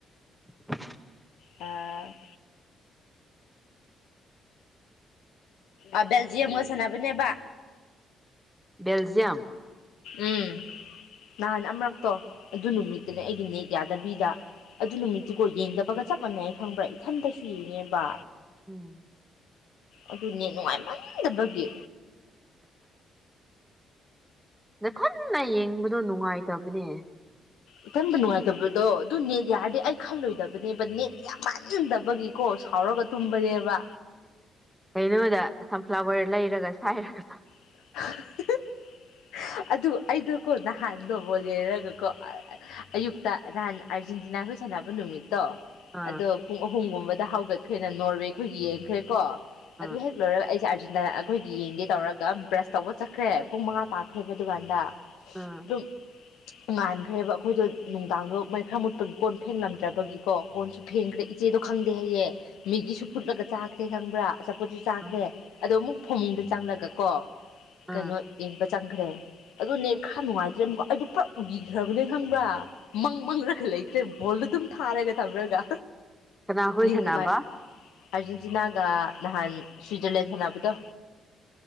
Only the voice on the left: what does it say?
ꯑ ꯑ ꯕꯦꯜꯖꯤꯌꯝꯒ ꯁꯅꯕꯅꯦꯕ
ꯎꯝ ꯅꯍꯥꯟ ꯑꯃꯨꯔꯛꯇꯣ ꯑꯗꯨ ꯅꯨꯃꯤꯠꯇꯨꯅꯦ ꯑꯩꯒꯤ ꯅꯦꯛ ꯌꯥꯗꯕꯤꯗ ꯑꯗꯨ ꯅꯨꯃꯤꯠꯇꯨꯀꯣ ꯌꯦꯡꯗꯕꯒ ꯆꯞ ꯃꯥꯟꯅꯩ ꯈꯪꯕ꯭ꯔꯥ ꯏꯊꯟꯇꯁꯨ ꯌꯦꯡꯉꯦꯕ
ꯑꯗꯨꯅꯦ ꯅꯨꯡꯉꯥꯏꯃꯟꯗꯕꯒꯤ
ꯏꯊꯟꯇ ꯅꯨꯡꯉꯥꯏꯇꯕꯗꯣ ꯑꯗꯨ ꯅꯦꯠ ꯌꯥꯔꯗꯤ ꯑꯩ ꯈꯜꯂꯣꯏꯗꯕꯅꯦꯕ ꯅꯦꯠ ꯌꯥꯝ ꯃꯥꯟꯍꯟꯗꯕꯒꯤ ꯀꯣ ꯁꯥꯎꯔꯒ ꯇꯨꯝꯕꯅꯦꯕ
<unintelligible> ꯑꯗꯨ ꯑꯩꯗꯣꯀꯣ ꯅꯍꯥꯟꯗꯣꯕꯨꯣ ꯂꯩꯦꯔꯒꯀꯣ ꯑꯌꯨꯛꯇ ꯅꯍꯥꯟ ꯑꯔꯖꯦꯟꯇꯤꯅꯥ ꯍ ꯁꯥꯟꯅꯕ ꯅꯨꯃꯤ ꯇꯣ
ꯑꯗꯣ ꯄꯨꯡ ꯑꯍꯨꯝꯒꯨꯝꯕꯗ ꯍꯧꯒꯠꯈ꯭ꯔꯦꯅ ꯅꯣꯔꯋꯦꯈꯣꯏ ꯌꯦꯡꯈ꯭ꯔꯦꯀꯣ ꯑꯗꯨ
ꯍꯦꯛ ꯂꯣꯏꯔꯒ ꯑꯩꯁꯦ ꯑꯥꯔꯖꯦꯟꯇꯅꯥ ꯑꯩꯈꯣꯏꯒꯤ ꯌꯦꯡꯒꯦ ꯇꯧꯔꯒ ꯕ꯭ꯔꯁ ꯇꯧꯕ ꯆꯠꯈ꯭ꯔꯦ ꯄꯨꯡ ꯃꯉꯥ ꯇꯥꯈ꯭ꯔꯦꯕ ꯗꯨꯀꯥꯟꯗ
ꯑꯗꯨꯝ ꯉꯥꯟꯈ꯭ꯔꯦꯕ ꯑꯩꯈꯣꯏꯗꯣ ꯅꯨꯡꯗꯥꯡꯗꯣ ꯃꯩ ꯈꯔ ꯃꯨꯠꯄꯒꯤ ꯀꯣꯟ ꯐꯦꯡꯂꯝꯗ꯭ꯔꯕꯒꯤꯀꯣ ꯀꯣꯟꯁꯨ ꯐꯦꯡꯈ꯭ꯔꯦ ꯏꯆꯦꯗꯣ ꯈꯪꯗꯦ ꯍꯌꯦꯦ ꯃꯦꯒꯤꯁꯨ ꯐꯨꯠꯂꯒ ꯆꯥꯈ꯭ꯔꯦ ꯈꯪꯕ꯭ꯔꯥ ꯄꯣꯠꯇ ꯆꯥꯈ꯭ꯔꯦ
ꯑꯗꯣ ꯑꯃꯨꯛ ꯐꯃꯨꯡꯗ ꯆꯪꯂꯒ ꯀꯣ ꯀꯩꯅꯣ
ꯌꯦꯡꯕ ꯆꯪꯈ꯭ꯔꯦ ꯑꯗꯨꯅꯦ ꯈꯔ ꯅꯨꯡꯉꯥꯏꯇ꯭ꯔꯦ ꯑꯃꯨꯛꯀ ꯑꯩꯗ ꯄꯨꯔ ꯎꯈꯤꯈ꯭ꯔꯕꯅꯦ ꯈꯪꯕ꯭ꯔꯥ ꯃꯪ ꯃꯪꯂꯒ ꯂꯩꯈ꯭ꯔꯦ ꯕꯣꯜꯗꯣ ꯑꯗꯨꯝ ꯊꯥꯔꯒ ꯊꯝꯔꯒ
ꯅꯨꯡꯉꯥꯏ
ꯑꯥꯔꯖꯦꯟꯇꯤꯅꯥꯒ ꯅꯍꯥꯟ ꯁ꯭ꯋꯤꯖꯔꯂꯦꯟ ꯁꯥꯟꯅꯕꯗꯣ